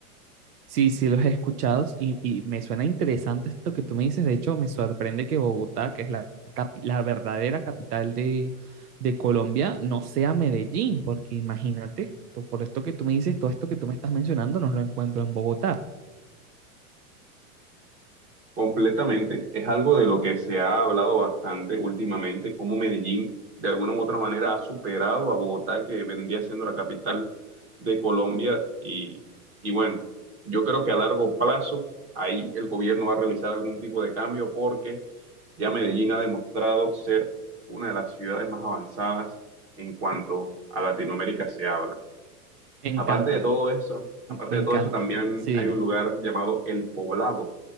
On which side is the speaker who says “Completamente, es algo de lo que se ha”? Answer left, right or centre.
Right